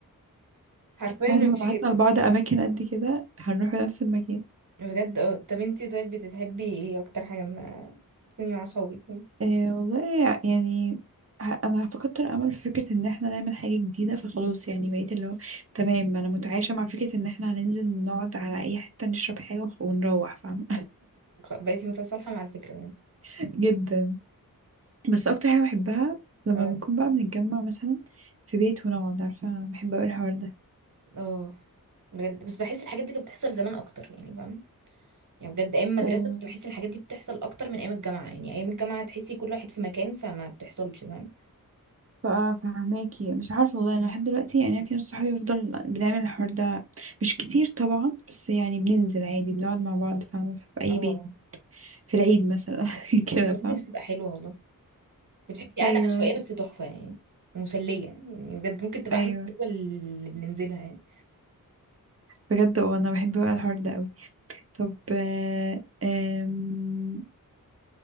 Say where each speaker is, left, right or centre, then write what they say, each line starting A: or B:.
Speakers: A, on the right; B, on the right.
A: حرفيا
B: بعد
A: ما
B: ما
A: فيش
B: بعتنا
A: غير
B: لبعض أماكن قد كده هنروح نفس المكان
A: بجد اه طب انتي طيب بتحبي ايه اكتر حاجه ما تكوني مع صحابك <laughs>
B: آه والله يعني ه- أنا فقدت الأمل في فكرة إن احنا نعمل حاجة جديدة فخلاص يعني بقيت اللي هو تمام أنا متعايشة مع فكرة إن احنا هننزل نقعد على أي حتة نشرب حاجة ونروح فاهمة
A: بقيتي متصالحه مع الفكره يعني
B: <laughs> جدا بس اكتر حاجه بحبها لما
A: اه
B: بنكون بقى بنتجمع مثلا في بيت ونقعد عارفه بحب اوي الحوار ده
A: اه بجد بس بحس الحاجات دي كانت بتحصل زمان اكتر يعني فاهم يعني بجد ايام المدرسه
B: أه
A: كنت بحس الحاجات دي بتحصل اكتر من ايام الجامعه يعني ايام الجامعه تحسي كل واحد في مكان فما بتحصلش فاهم
B: بقى فهماكي مش عارفه والله انا لحد دلوقتي يعني في ناس صحابي بفضل بنعمل الحوار ده مش كتير طبعا بس يعني بننزل عادي بنقعد مع بعض فاهمه في اي
A: اه
B: بيت في العيد مثلا <laughs> كده
A: بجد
B: فاهمه
A: بتبقى حلوه والله انت بتحسي قاعده
B: ايوه
A: عشوائيه بس تحفه يعني ومسليه يعني يعني بجد ممكن تبقى
B: ايوه
A: احلى خروجه اللي بننزلها يعني
B: بجد وانا بحب بقى الحوار ده قوي طب آه، آم،